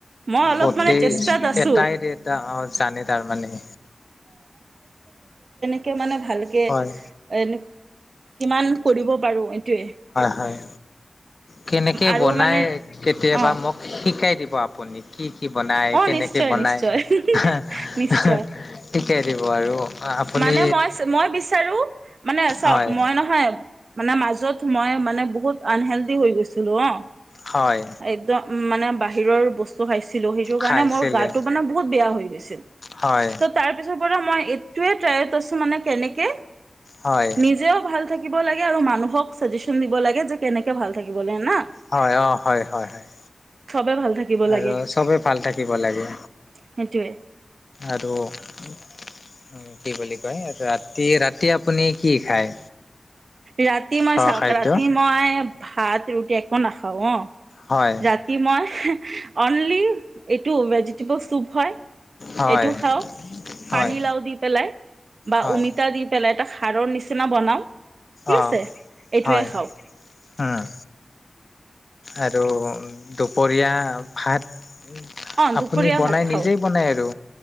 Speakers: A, on the right; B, on the left.
A: মই অলপ
B: গোটেই
A: মানে চেষ্টাত আছো
B: এটাই এৰি এটা অ' জানে তাৰমানে।
A: কে মানে ভালকে
B: হয়
A: এন কিমান কৰিব পাৰো এইটোৱে
B: হয় কেনেকে
A: আৰু
B: বনাই
A: মানে
B: কেতিয়াবা
A: অ
B: মোক শিকাই বা আপুনি কি কি বনাই
A: অ
B: কেনেকে
A: নিশ্চয়
B: বনাই
A: নিশ্চয়
B: <unintelligible>
A: নিশ্চয়
B: ঠিকে দ আৰু আপুনি
A: মানে মই মই বিচাৰো মানে চাওঁক
B: হয়
A: মই নহয় মানে মাজ <unintelligible> মই মানে বহুত আনহেল্ডি হৈ গৈছিলো অ'।
B: হয়।
A: একদম মানে বাহিৰৰ বস্তু খাইছ <unintelligible> সেইটোৰ কাৰণে
B: খাইছিলে
A: মোৰ গাটো মানে বহুত বেয়া হৈ গৈছিল,
B: হয়
A: তাৰ পিছৰ পৰা মই এটোৱেই ট্ৰাইত আছো মানে কেনেকে
B: হয়
A: নিজেও ভাল থাকি থাকিব লাগে আৰু মানুহক চাজেচন দিব লাগে যে কেনেকে ভাল থাকিব লাগে না।
B: হয় অ'। হয় হয় হয়।
A: চবে ভাল থাকিব লাগে
B: আৰু চবেই ভাল থাকিব লাগে,
A: সেইটোৱে
B: আৰু। উম, কি বুলি কয় ৰাতি ৰাতি আপুনি কি খায়।
A: ৰাতি মই
B: খোৱা
A: চাওঁক
B: খাদ্য
A: ৰাতি মই ভাত ৰুটি একো নাখাওঁ অ'।
B: হয়
A: ৰাতি মই অনলি এইটো ভেজিটেবল চুপ হয়।
B: হয়
A: এইটো খাওঁ
B: হয়
A: পানীলাও দি পেলাই বা
B: হয়
A: অমিতা দি পেলাই এটা সাৰৰ নিচিনা বনাওঁ। ঠিক
B: অ
A: আছে এইটোৱে
B: হয়
A: খাওঁ।
B: উম আৰু দুপৰীয়া ভাত।
A: অঁ দুপৰীয়া
B: আপুনি বনাই
A: ভাত খাওঁ
B: নিজেই বনাই আৰু।